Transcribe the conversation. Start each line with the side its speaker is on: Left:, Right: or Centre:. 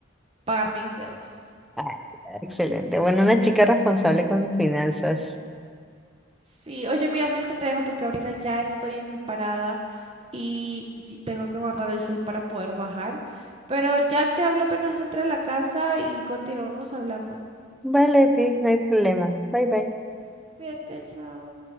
Right: pagar mis deudas.
Centre: Ah, Excelente. Bueno, una chica responsable con sus finanzas.
Right: Sí, oye, mira, sabes que te dejo porque ahorita ya estoy en mi parada y, y tengo que guardar el cel para poder bajar. Pero ya te hablo apenas entre a la casa y continuamos hablando.
Centre: Vale, Ti, no hay problema. Bye bye.
Right: Cuídate, chao.